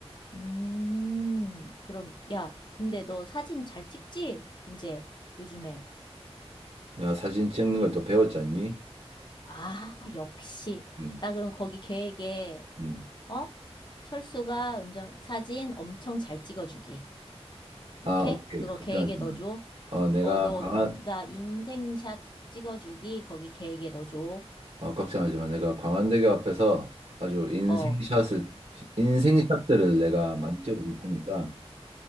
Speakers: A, on the left; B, on the right.
A: 음, 그럼, 야, 근데 너 사진 잘 찍지? 이제 요즘에.
B: 내가 사진 찍는 걸 또 배웠잖니?
A: 아, 역시.
B: 음,
A: 나 그럼 거기 계획에,
B: 음.
A: 어? 철수가 은정 사진 엄청 잘 찍어주기.
B: 아,
A: 오케이?
B: 오케이.
A: 그거
B: 걱정하지
A: 계획에
B: 마.
A: 넣어줘.
B: 어, 내가
A: 어, 너,
B: 광안,
A: 나 인생샷 찍어주기 거기 계획에 넣어줘.
B: 어, 걱정하지만 내가 광안대교 앞에서 아주 인생샷을
A: 어,
B: 인생샷들을 내가 많이 찍어줄 테니까